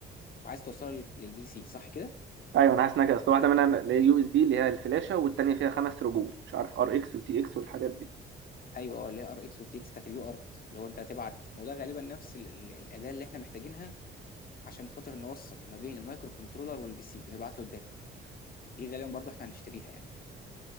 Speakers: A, on the left; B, on the right.
A: وعايز توصلها لل- للبي سي صح كده
B: ايوه انا حاسس انها كده اصل واحده منها اللي هي يو اس بي اللي هي الفلاشه والتانيه فيها خمس رجول مش عارف ار اكس وتي اكس والحاجات دي
A: ايوه اه اللي هي ار اكس والتي اكس بتاعت اليو ارت اللي هو انت هتبعت ما هو ده غالبا نفس ال- ال- الاداه اللي احنا محتاجينها عشان خاطر نوصل ما بين المايكرو كنترولر والبي سي ونبعت له الداتا دي غالبا برضو احنا هنشتريها يعني